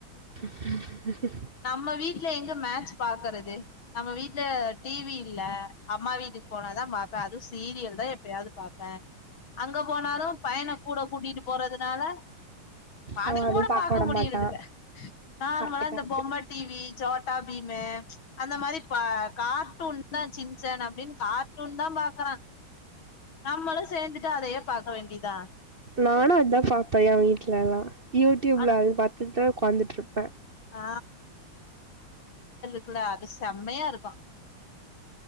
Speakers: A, on the right; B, on the left.
A: உம்கு
B: நம்ம வீட்டுல எங்க மேட்ச பாக்குறது நம்ம வீட்டுல டிவி இல்ல அம்மா வீட்டுக்கு போனதான் பாப்பேன் அதுவும் சீரியல் தான் எப்பயாவது பாப்பேன் அங்க போனாலும் பையனா கூட கூட்டிட்டு போறதுனால படம்
A: அவ அதுவு
B: கூட பாக்க
A: விட
B: முடியறதுலா
A: மாட்டா
B: நார்மலா
A: கரெக்ட்
B: இந்த
A: கரெக்ட்
B: பொம்மட்டிவி சோட்டா பீம் பீம்மு அந்த மாதிரி கார்ட்டூன் தான் சின்சன் அப்படின்னு கார்ட்டூன் தான் பாக்குறான் நம்மளும் சேர்ந்துட்டு அதையே பாக்க வேண்டியதுதன்
A: நானும் அதான் பாப்பேன் என் வீட்லலாம் யூடியூப்ல
B: ஆனா
A: அது பாத்துட்டு உட்காந்துட்ருப்பேன்
B: ஆ இல்ல அது செம்மையா இருக்கும்